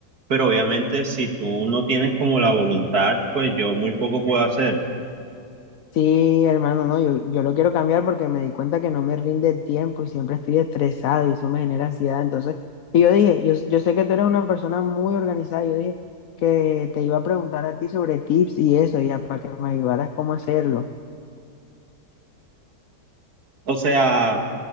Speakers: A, on the right; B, on the left.
A: pero obviamente si tú no tienes como la voluntad, pues yo muy poco puedo hacer.
B: Sí, hermano, no, yo, yo lo quiero cambiar porque me di cuenta que no me rinde el tiempo y siempre estoy estresado y eso me genera ansiedad. Entonces, y yo dije, yo, yo sé que tú eres una persona muy organizada, yo dije que te iba a preguntar a ti sobre tips y eso, ya para que me ayudaras cómo hacerlo.
A: O sea,